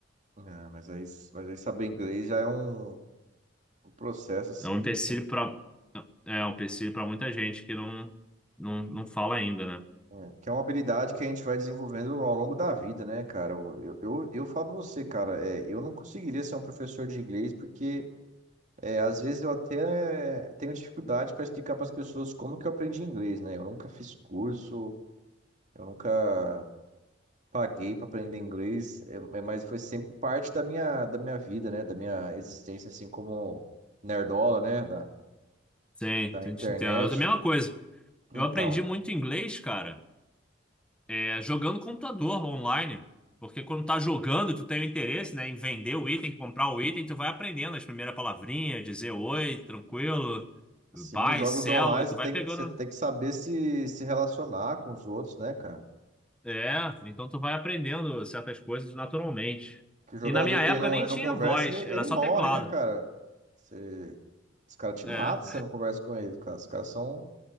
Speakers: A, on the right; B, in the centre.
A: é, mas aí, mas aí saber inglês já é um, um processo, assim,
B: É um empecilho
A: bem.
B: para é um empecilho para muita gente que não, não, não fala ainda, né?
A: é, que é uma habilidade que a gente vai desenvolvendo ao longo da vida, né, cara? Eu, eu, eu falo pra você, cara, é, eu não conseguiria ser um professor de inglês porque. É, às vezes eu até eh, tenho dificuldade para explicar para as pessoas como que eu aprendi inglês, né? Eu nunca fiz curso, eu nunca paguei para aprender inglês, é, é, mas foi sempre parte da minha, da minha vida, né? Da minha existência, assim como nerdola, né? Da,
B: Sim,
A: da
B: a
A: internet.
B: gente entende Mas é a mesma coisa.
A: Então,
B: Eu aprendi muito inglês, cara, é, jogando computador online. Porque quando tá jogando, tu tem o interesse, né, em vender o item, comprar o item, tu vai aprendendo as primeiras palavrinhas, dizer oi, tranquilo, buy,
A: sim, jogos
B: sell,
A: online
B: e
A: você
B: tu vai
A: tem,
B: pegando.
A: você tem que saber se, se relacionar com os outros, né, cara?
B: É, então tu vai aprendendo certas coisas naturalmente.
A: Que o jogador
B: E na minha
A: que
B: época
A: ele não,
B: nem
A: ele
B: tinha
A: não conversa,
B: voz,
A: ele,
B: era
A: ele
B: só
A: morre,
B: teclado.
A: né, cara? Você- os caras te
B: É,
A: matam se você não conversa com ele, cara. Os caras são